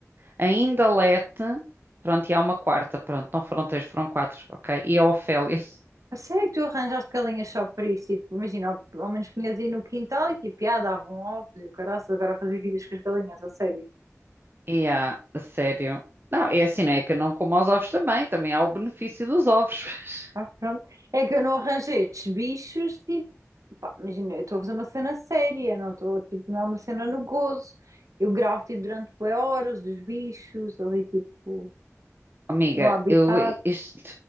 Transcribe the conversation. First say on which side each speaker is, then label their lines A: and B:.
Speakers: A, on the right; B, on the right.
A: a Indalete. Pronto, e há uma quarta. Pronto, não foram três, foram quatro, ok? E a Ofélia.
B: A sério que tu arranjaste galinhas só para isso? Tipo, imagina, ao, ao menos punhas aí no quintal e tipo, ah, davam ovos e o caraças, agora a fazer vídeos com as galinhas, a sério.
A: E há, a sério. Não, é assim, não é que eu não como aos ovos também, também há o benefício dos ovos. <laughs>
B: Ah, pronto. É que eu não arranjei estes bichos, tipo, pá, imagina, eu estou a fazer uma cena séria, não estou, tipo, não é uma cena no gozo. Eu gravo, tipo, durante bué horas os bichos ali, tipo,
A: Amiga,
B: no habitat,
A: eu isto,